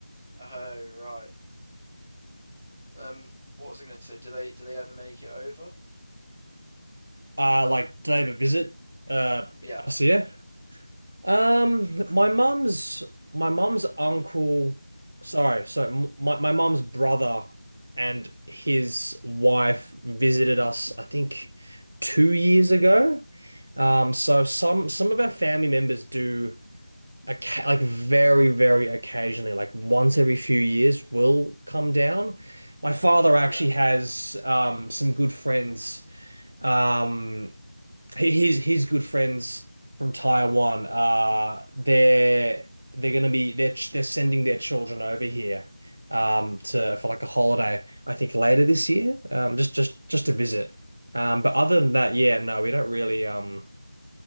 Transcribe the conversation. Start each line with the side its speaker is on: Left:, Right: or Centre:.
Centre: Oh, right. Um, what was I going to say? Do they do they ever make it over?
Right: Uh, like, did they ever visit uh
Centre: Yeah,
Right: us here? Um, my mum's my mum's uncle. Sorry, so m- my my mum's brother and his wife visited us. I think two years ago. Um, so some some of our family members do Oca like very, very occasionally, like once every few years, will come down. My father actually
Centre: yeah.
Right: has um, some good friends. Um, he- he's he's good friends from Taiwan. Uh, they're they're gonna be they're ch- they're sending their children over here um, to for like a holiday. I think later this year, um, just just just to visit. Um, but other than that, yeah, no, we don't really. Um,